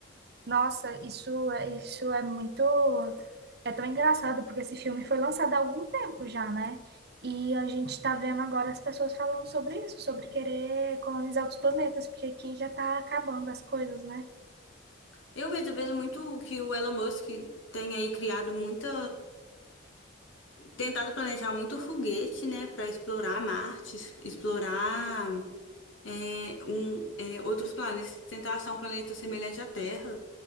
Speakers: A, on the right; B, on the left.
A: Nossa, isso, é- isso é muito... É tão engraçado, porque esse filme foi lançado há algum tempo já, né? E a gente tá vendo agora as pessoas falando sobre isso, sobre querer colonizar outros planetas, porque aqui já tá acabando as coisas, né?
B: Eu vejo, eu vejo muito que o Elon Musk tem aí criado muita, tentado planejar muito foguete, né, para explorar Marte, es- explorar é, um, é, outros planetas, tentar achar um planeta semelhante à Terra.